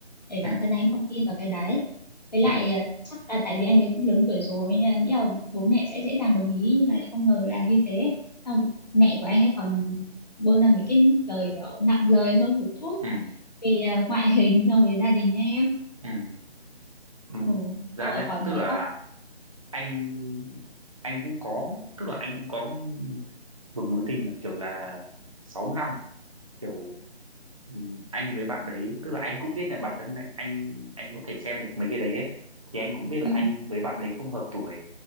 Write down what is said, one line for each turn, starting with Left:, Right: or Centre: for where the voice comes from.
Left: để
Right: ừ
Left: bản thân anh không tin vào cái đấy với lại
Right: ừ
Left: ờ, chắc là tại vì anh đấy cũng lớn tuổi rồi nên là nghĩ là bố mẹ sẽ dễ dàng đồng ý nhưng mà lại không ngờ là như thế xong mẹ của anh ấy còn buông ra mấy cái lời kiểu nặng lời hơn một chút
Right: ừ ừ
Left: về ờ, ngoại hình so với gia đình em
Right: ừ ừ
Left: ừ.
Right: ra
Left: xong rồi
Right: nhé
Left: còn
Right: tức
Left: ờ,
Right: là
Left: khóc
Right: anh anh cũng có tức là anh cũng có một mối tình mà kiểu là sáu năm kiểu ừ, anh với bạn đấy tức là anh cũng biết là bản thân anh anh anh có thể xem được mấy cái đấy ấy. thì anh cũng biết
Left: ừ,
Right: là anh với bạn đấy không hợp tuổi